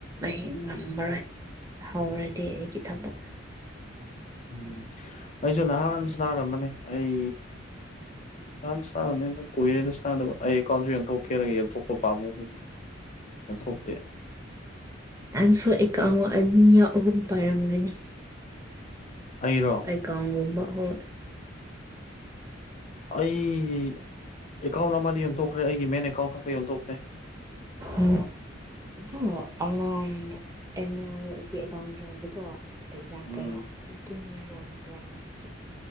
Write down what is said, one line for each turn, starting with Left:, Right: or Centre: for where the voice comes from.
Right: ꯑꯩ ꯉꯝꯃꯔꯣꯏ ꯍꯧꯔꯗꯤ ꯑꯩꯒꯤ ꯊꯕꯛ
Left: ꯎꯝ ꯑꯩꯁꯨ ꯅꯍꯥꯟ ꯁꯅꯥꯔꯝꯕꯅꯦ ꯑꯩ ꯅꯍꯥꯟ ꯁꯥꯟꯅꯕꯅꯦꯅ ꯀꯨꯏꯔꯦꯗ ꯁꯥꯟꯗꯕ ꯑꯩ ꯑꯦꯀꯥꯎꯟꯁꯨ ꯌꯟꯊꯣꯛꯀꯦꯔꯒ ꯌꯦꯟꯊꯣꯛꯄ ꯄꯥꯝꯃꯨꯕꯒꯤ ꯌꫭꯟꯊꯣꯛꯇꯦ
Right: ꯅꯪꯁꯨ ꯑ‌ꯦꯀꯥꯎꯟ ꯑꯅꯤ ꯑꯍꯨꯝ ꯄꯥꯏꯔꯝꯒꯅꯤ
Left: ꯑꯩꯔꯣ
Right: ꯀꯥꯎꯒꯨꯝꯕ ꯍꫭꯏ
Left: ꯑꯩꯒꯤ ꯑꯦꯀꯥꯎꯟ ꯑꯃꯗꯤ ꯌꯣꯟꯊꯣꯛꯈ꯭ꯔꯦ ꯑꯩꯒꯤ ꯃꯦꯟ ꯑꯦꯀꯥꯎꯟ ꯈꯛꯇ ꯌꯣꯟꯊꯣꯛꯇꯦ
Right: ꯑ ꯑ ꯑꯅ ꯑꯦꯝ ꯑꯦꯜꯒꯤ ꯑꯦꯀꯥꯎꯟ ꯌꯣꯟꯕꯗꯣ ꯄꯩꯁꯥ
Left: ꯎꯝ
Right: ꯀꯌꯥ ꯇꯨꯝꯃꯤ ꯂꯣꯟꯗ꯭ꯔꯅ ꯑꯗꯨ